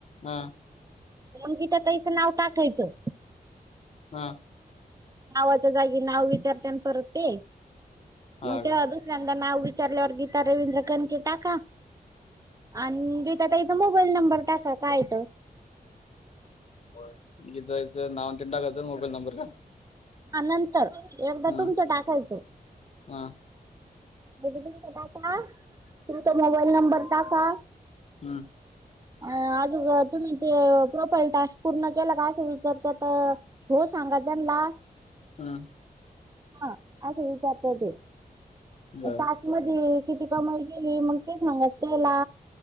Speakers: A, on the left; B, on the right.
A: हां
B: मंग गीता ताईच नाव टाकायचं.
A: हा
B: आवाजा जागी नाव, विचारत्यान परत ते
A: हा
B: मग ते
A: का
B: आदू. चंदा नाव विचारल्यावर गीता, रवींद्र खनकी टाका. आणि गीत त्या ताईचा मोबाईल, नंबर टाका काय येतोय.
A: बरं गीताआईच नाव तेन टाकायचं, मोबाईल नंबर का
B: आनंत एकदा
A: हम्म
B: तुमचं टाकायचं.
A: हा.
B: हेज पण ते टाका तुम्ही, त्यो मोबाईल नंबर टाका.
A: आ
B: अं अजून तुम्ही ते प्रोफाईल टास्क पूर्ण केला का असं विचारत्यात. अं. हो सांगा त्यानला
A: हां.
B: हां असं विचारतंय ते.
A: बर
B: त्या टास्कमध्ये किती कमाई केली, मंग ते सांगा त्याला